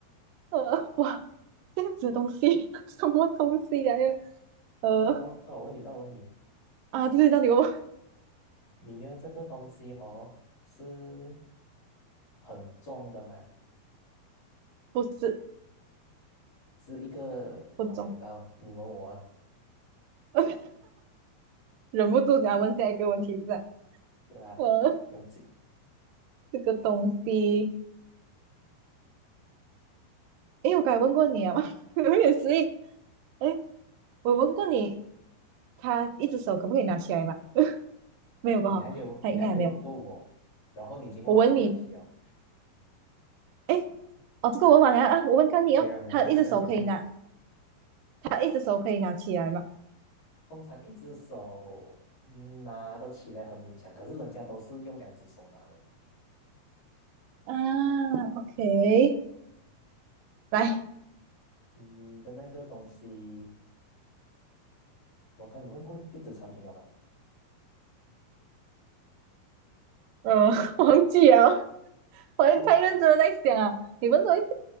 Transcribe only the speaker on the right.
呃，哇，这样子的东西，<laughs> 什么东西呀、呃
啊，对对，到底我
不是
不懂，
<laughs> 忍不住想要问下一个问题是吧？
呃，
这个东西，诶，我刚才问过你啊吗？<laughs> 有点失忆。诶，我问过你，他一只手可不可以拿起来嘛？没有吧？
哈，他应该还没有。
我问你，诶，哦，这个我问完啊，啊我问看你哦，
他一只手可以拿，
他一只手可以拿起来吗？
啊，OK。来，
呃，<laughs> 忘记了，我也太认真的在想啊。
你问多一个，